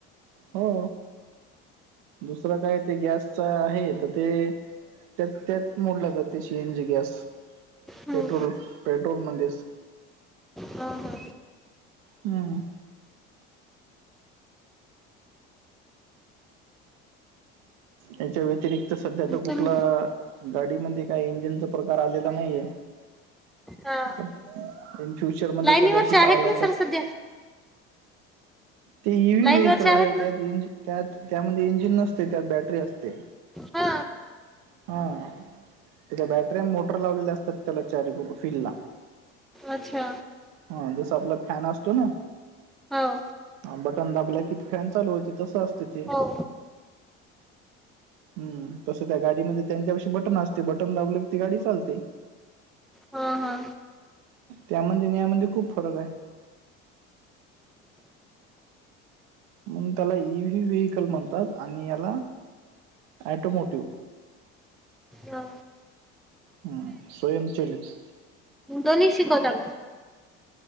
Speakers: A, on the right; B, in the centre.
A: हो. दुसरं काय ते गॅसच आहे तर ते त्यात त्यात मोडला जाते सी एन जी गॅस,
B: हम्म,
A: पेट्रोल पेट्रोलमध्येच.
B: हा हा.
A: अं. याच्या व्यतिरिक्त सध्या तर कुठला
B: तुम
A: गाडीमध्ये काही इंजिनचा प्रकार आलेला नाहीये.
B: हा.
A: पण इन फ्युचर मध्ये
B: लाईनीवरचे
A: कदाचित
B: आहेत
A: आला
B: ना
A: तर
B: सर सध्या
A: ते ईव्ही
B: लाईनवरचे
A: व्ही इकल
B: आहेत
A: आहे
B: ना
A: त्यात इंजिन त्यात त्यामध्ये इंजिन नसते, त्यात बॅटरी असते.
B: हा
A: हा, तर त्या बॅटऱ्यांना मोटर लावलेले असतात त्याला चारी व्हील ला.
B: अच्छा.
A: हा जसा आपला फॅन असतो ना
B: हाव.
A: हा बटन दाबला की, फॅन चालू होते तसं असते ते.
B: हो
A: हम्म, तसं काय गाडीमध्ये त्यांच्यापशी बटन असते, बटन दाबले की ती गाडी चालते.
B: हा हा
A: त्यामध्ये अन यामध्ये खूप फरक हाय. मग त्याला ईव्हीव्ही इकल म्हणतात आणि याला ॲटोमोटिव्ह.
B: हां.
A: हम्म, स्वयंचलित.
B: दोन्ही शिकवता का?